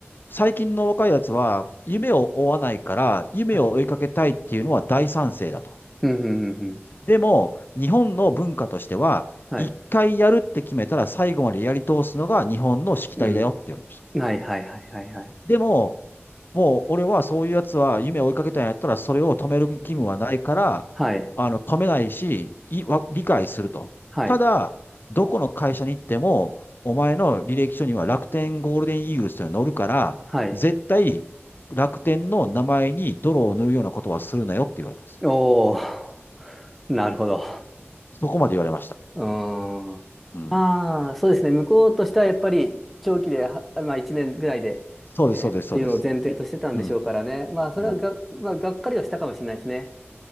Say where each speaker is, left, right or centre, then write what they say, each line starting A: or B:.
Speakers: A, on the left; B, in the centre.
A: 最近の若いやつは、夢を追わないから、夢を追いかけたいっていうのは大賛成だと。
B: はい。うん、うん、うん、うん。
A: でも、日本の文化としては、
B: はい、
A: 一回やるって決めたら最後までやり通すのが日本のしきたりだよっていうのでした。
B: うん。はい、はい、はい、はい、はい。
A: でも、もう俺はそういうやつは夢を追いかけたんやったら、それを止める義務はないから、
B: はい、
A: あの、止めないし、い、わ、理解すると。
B: はい、
A: ただ、どこの会社に行っても、お前の履歴書には楽天ゴールデンイーグルスというのが載るから、
B: はい。
A: 絶対楽天の名前に泥を塗るようなことはするなよって言われたんです。
B: おー、<laughs> なるほど。
A: そこまで言われました。
B: うーん。
A: うん。
B: まあ、そうですね。向こうとしてはやっぱり長期で、はまあ1年ぐらいで、
A: そうです、
B: えーっていうのを前提としてたんでしょうからね。
A: そうです、そうです。うん。
B: まあ、それはが、
A: うん。
B: まあ、がっかりはしたかもしれないですね。